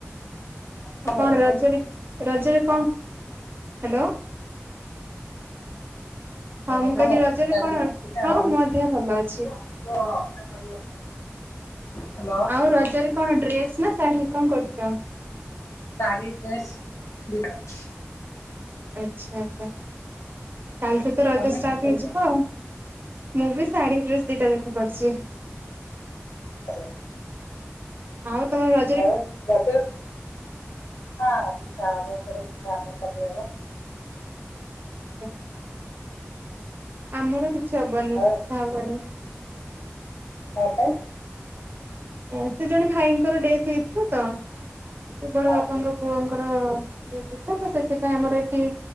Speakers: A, on the right (about 45°); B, on the left (about 75°).
A: ଆଉ
B: ଭଲ
A: କଣ
B: ଅଛି
A: ରଜରେ ରଜରେ କଁ? ହାଲୋ।
B: <unintelligible>
A: ହଁ ମୁଁ କହିଲି ରଜରେ କଣ ହଁ ମୋ ଦେହ ଭଲ ଅଛି।
B: ହ୍ୟାଲୋ
A: ଆଉ ରଜରେ କଣ ଡ୍ରେସ୍ ନା ଶାଢୀ କଣ କରୁଚ?
B: ସାଢି ଡ୍ରେସ୍ ଦିଟା ଅଛି।
A: ଆଚ୍ଛା ଆଚ୍ଛା। କାଲି ଠୁ ତ ରଜ
B: ତମେ
A: ଷ୍ଟାର୍ଟ
B: କଣ କରୁଛ?
A: ହେଇଯିବ ଆଉ। ମୁଁ ବି ଶାଢୀ ଡ୍ରେସ୍ ଦିଟା ଯାକ କରିଚି।
B: ଆଜ୍ଞା।
A: ଆଉ ତମେ ରଜ୍
B: ଆଉ ରଜରେ ପିଠା ପିଠା ହବ ପୋଡପିଠା ହବ ସବୁ ହବ।
A: <unintelligible> ଆମର କିଛି ହବନି
B: ଆଉ
A: ପିଠା ହବନି।
B: କଁ ପାଇଁ?
A: ଆଁ ସେ ଜଣେ ଭାଇଙ୍କର ଡେଥ୍ ହେଇଥିଲା ତ ସେ ବଡ
B: ହଁ
A: ବାପାଙ୍କ ପୁଅଙ୍କର ଡେଥ୍ ହେଇଥିଲା ତ ସେଥିପାଇଁ ଆମର ଏଠି